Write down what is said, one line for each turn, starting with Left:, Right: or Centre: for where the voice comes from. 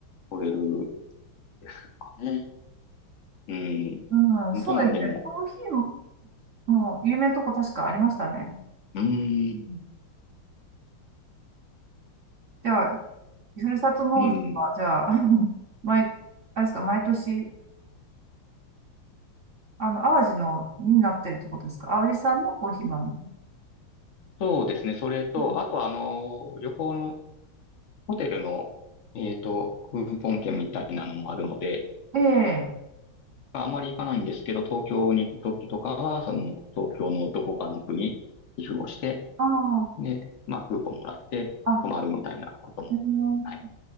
Left: 取れるんですかね。うん。
Right: うん、
Left: 本当なんでも。
Right: そうですね。コーヒーも、もう有名なとこ確かありましたね。
Left: うー
Right: うん
Left: ん。
Right: じゃあ、ふるさと納税は、
Left: うん。
Right: じゃあ、<laughs> 毎、あれですか、毎年、あの、淡路の、になってるってことですか淡路さんのコーヒー豆。
Left: そうですね。それと、
Right: うん
Left: あとあの、旅行のホテルの、えっと、クーポン券みたいなのもあるので、
Right: ええ
Left: あまり行かないんですけど、東京に行くときとかは、その、東京のどこかの区に寄付をして、
Right: ああ、
Left: で、まあ、クーポンもらって泊まるみたいなことも、
Right: あ、うん
Left: はい、